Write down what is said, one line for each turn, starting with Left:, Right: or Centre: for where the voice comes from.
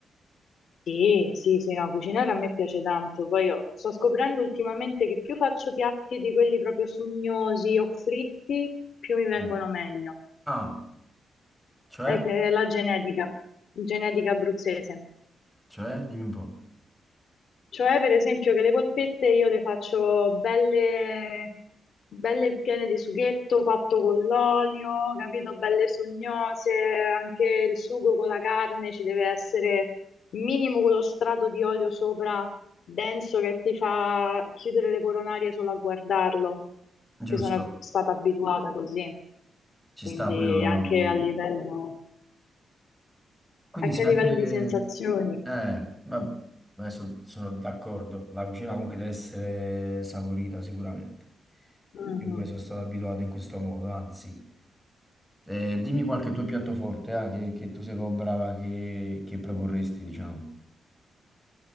Left: Sì, sì, sì, no, cucinare a me piace tanto. Poi io sto scoprendo ultimamente che più faccio piatti di quelli proprio sugnosi o fritti, più mi vengono
Centre: Mm.
Left: meglio.
Centre: Ah, cioè?
Left: È che è la genetica, genetica abruzzese.
Centre: Cioè? Dimmi un po'.
Left: Cioè, per esempio, che le polpette io le faccio belle, belle piene di sughetto fatto con l'olio, capito? Belle sognose, anche il sugo con la carne ci deve essere minimo quello strato di olio sopra, denso, che ti fa chiudere le coronarie solo a guardarlo,
Centre: Giusto,
Left: che sono stata abituata così,
Centre: ci
Left: quindi
Centre: sta pure mm,
Left: anche a livello,
Centre: Quindi
Left: anche
Centre: se
Left: a
Centre: anche...
Left: livello di sensazioni.
Centre: Eh, ma adesso sono d'accordo, la cucina comunque deve essere saporita sicuramente.
Left: Mhm.
Centre: Io pure sono stato abituato in questo modo, anzi. Eh, dimmi qualche tuo piatto forte, ah, che, che tu sei proprio brava, che, che proporresti, diciamo.